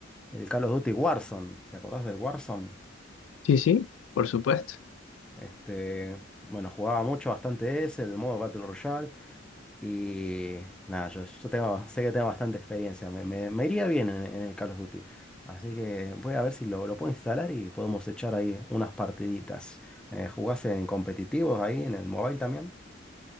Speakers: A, in the centre; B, on the left (about 70°).
A: el Call of Duty Warzone. ¿Te acordás del Warzone?
B: Sí, sí, por supuesto.
A: Este, bueno, jugaba mucho, bastante ese, el modo Battle Royale. Y nada, yo, yo tengo, sé que tengo bastante experiencia. Me, me- me iría bien en, en el Call of Duty. Así que voy a ver si lo, lo puedo instalar y podemos echar ahí unas partiditas. Eh, ¿jugás en competitivos ahí en el mobile también?